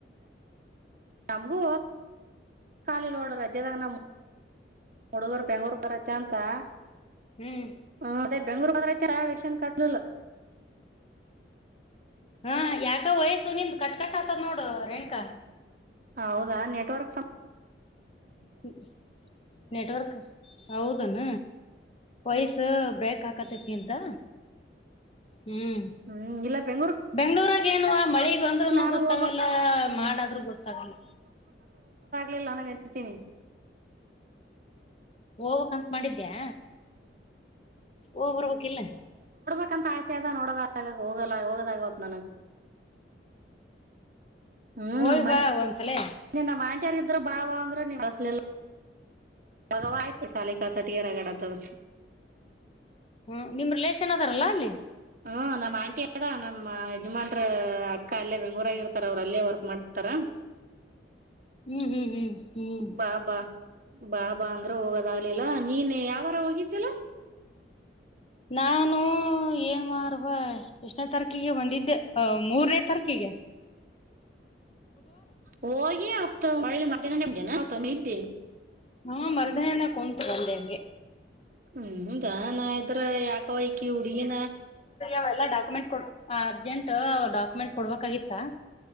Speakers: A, on the right (about 45°); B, on the left (about 30°).
A: ನಮಗೂ ಖಾಲಿ ನೋಡ ರಜೆದಾಗ ನಮ ಹುಡುಗರ್ ಬೆಂಗೂರ್ ಪರತೆ ಅಂತಾ.
B: ಹ್ಮ್
A: ಹ ಅದೇ ಬೆಂಗ್ಳೂರ್ ಹೋದ್ರ ಐತಾ ಕೇನ್ ಕಟ್ಟಲೀಲ್ಲ.
B: ಹಾ ಯಾಕ ವಯಸ್ಸು ನಿಂದ ಕಟ್ ಕಟ್ ಆತದ ನೋಡು ರೇಣಕಾ
A: ಹೌದಾ ನೆಟ್ವರ್ಕ್ ಸ್
B: ಹೂ ನೆಟ್ವರ್ಕ್ ಹೌದನ ವಯಸ್ಸ ಬ್ರೇಕ್ ಹಾಕತೈತಿ ನಿಂದ ಹ್ಮ್
A: ಹ್ಮ್ ಇಲ್ಲ ಬೆಂಗ್ಳೂರ್
B: ಬೆಂಗಳೂರಾಗ್ ಕೇಣ್ವಾ ಮಳಿ ಬಂದ್ನು
A: ನಾನು
B: ಗೊತ್ತಾಗಲ್ಲ
A: ಹೋಗ್ಬೇಕ್
B: ಮಾಡ ಆದ್ರೂ ಗೊತ್ತಾಗಲ್ಲ
A: ಲಿಲ್ಲ. ನನಗ ಅಂತೀನಿ.
B: ಹೊಕಬೇಕ್ ಅಂತ ಮಾಡಿದ್ದ್ಯಾ. ಓಗ ಬರಬೇಕ ಇಲ್ಲ.
A: ಯಕಂತ ಆಸೆ ಅದ ನೋಡೋದ ಹೋಗಲ್ಲ ಹೋಗೋದ ಆಗವತ್ ನನಗ್ ಹ್ಮ್
B: ಹೋಯ್
A: ಮನ್ನೀ
B: ಬಾ ಒಂದ್ಸಲ
A: ನಮ್ಮ ಆಂಟಿಯಾರೀದ್ರ ಬಾವಾ ಅಂದ್ರ ನೀವ್ ಹಚ್ಚಲಿಲ್ಲ ಹೋಗವ್ವ ಆಯ್ತು ಸಾಲಿ ಕಳಸ ಕೊಟ್ಟಿಗೇ ರಗಡ್ ಆಗತ್ತದ
B: ಹ್ಮ ನಿಮ್ಮ ರಿಲೇಷನ್ ಅದಾರಲ್ಲಾ ಅಲ್ಲಿ
A: ಹ ನಮ್ಮ ಆಂಟಿ ಅದ ನಮ್ಮ ಯಜಮಾನ್ರ ಅಕ್ಕ ಅಲ್ಲೇ ಬೆಂಗಳೂರ ರಾಗ ಇರ್ತಾರ ಅವ್ರು ಅಲ್ಲೇ ವರ್ಕ್ ಮಾಡ್ತಿತಾರ
B: ಹ್ಮ್ ಹ್ಮ್ ಹ್ಮ್ ಹ್ಮ್
A: ಬಾ ಬಾ ಬಾ ಬಾ ಅಂದ್ರ ಹೋಗದಾಗ್ಲಿಲ್ಲ ನೀನ್ ಯಾವಾರ ಹೋಗಿದ್ದಿಲ್ಲ
B: ನಾನು ಏನ್ವಾರ್ ಬ ಎಷ್ಟನೇ ತಾರೀಕಿಗೆ ಒಂದಿದ್ದ ಮೂರನೇ ತಾರಕಿಗೆ
A: ಹೋಗಿ ಮತ್ತ ಹೊಳ್ಳಿ ಮಧ್ಯಾಹ್ನ ನ ಬಂದಿ ಎನ್ ಅವತ್ತ ಒಂದ ಇದ್ದಿ
B: ಹುಂ ಮರದಿನ ನ ಕುಂತ ಬಂದೇ ಹಂಗೆ
A: ಹ್ಮ್ ದಾ ನಾಯದ್ ತ್ರ ಯಾಕವ್ ಇಕಿ ಹುಡುಗೀನ
B: ಅವೆಲ್ಲ ಡಾಕ್ಯುಮೆಂಟ್ ಕೊಡ ಅರ್ಜೆಂಟ್ ಡಾಕ್ಯುಮೆಂಟ್ ಕೊಡ್ಬೇಕಾಗಿತ್ತಾ.